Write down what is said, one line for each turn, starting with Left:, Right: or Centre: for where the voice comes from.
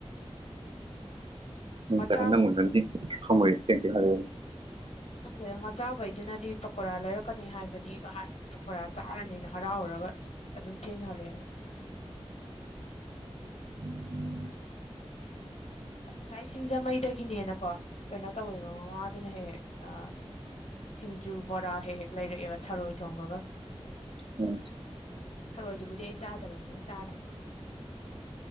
Right: <unintelligible>
Left: ꯃꯆꯥ ꯈꯛ ꯗꯦ ꯃꯆꯥꯛ ꯂꯩꯇꯦꯅꯗꯤ ꯄꯀꯣꯔꯥ ꯂꯩꯔꯛꯀꯅꯤ ꯍꯥꯏꯕꯅꯤ ꯒ ꯍꯥꯏ ꯄꯥꯀꯣ ꯔꯥ ꯆꯥꯔꯅꯤꯅ ꯍꯔꯥꯎꯔꯒ ꯑꯗꯨꯝ ꯊꯦꯡꯅ ꯍꯜꯂꯛꯑꯦ ꯍꯜꯂꯦ
Right: <inaudible>
Left: ꯉꯁꯥꯏ ꯁꯤꯡꯖꯃꯩꯗꯒꯤꯅꯦꯅꯀꯣ ꯀꯩꯅꯣ ꯇꯧꯋꯦꯕ ꯃꯃꯥꯗꯨꯅ ꯍꯦꯛ ꯍꯦꯛ ꯑꯥ ꯁꯤꯡꯖꯨ ꯕꯣꯔꯥ ꯍꯦꯛ ꯍꯦꯛ ꯂꯩꯔꯛꯑꯦꯕ ꯊꯔꯣꯏ ꯊꯣꯡꯕꯒ
Right: ꯎꯝ
Left: ꯊꯔꯣꯏꯗꯨꯕꯨꯗꯤ ꯑꯩ ꯆꯥꯗꯕꯅꯤꯅ ꯆꯥꯗꯦ